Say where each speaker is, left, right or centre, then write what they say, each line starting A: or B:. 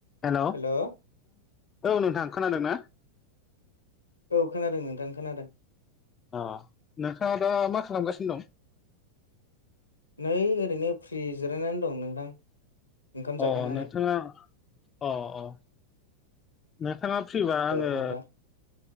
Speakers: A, on the left; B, on the left.
A: Hello
B: hello औ
A: औ नोंथां खोनादोंना
B: औ खोनादों नोंथां खोनादों।
A: अ नोंथाङा दा मा खालामगासिनो दं?
B: नै ओरैनो फ्रि जिरायनानै दं नोंथां। ओंखाम जाखांनानै
A: अ नोंथाङा, अ अ। नोंथाङा फ्रिबा आङो
B: औ नोंथां